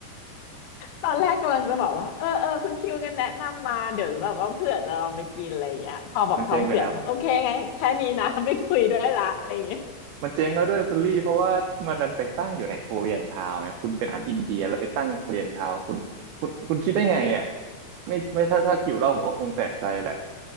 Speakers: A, on the left (about 80°); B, on the right (about 85°).
A: ตอนแรกกำลังจะบอกว่าเออเออคุณคิวกันแนะนำมาเดี๋ยวแบบว่าเผื่อจะลองไปกินอะไรอย่างเงี้ยพอแบบท้องเสียผมโอเคไงแค่นี้นะ
B: มันเจ๊งไปแล้ว
A: <laughs> ไม่คุยด้วยละอะไรอย่างเงี้ย
B: มันเจ๊งแล้วด้วยคุณลี่เพราะว่ามันดันไปตั้งอยู่ในโคเรียนทาวน์ไงคุณเป็นอาหารอินเดียแล้วไปตั้งโคเรียนทาวน์คุณคุณคุณคิดได้ไงอ่ะไม่ไม่ถ้าถ้าหิวเหล้าผมก็คงแปลกใจแหละ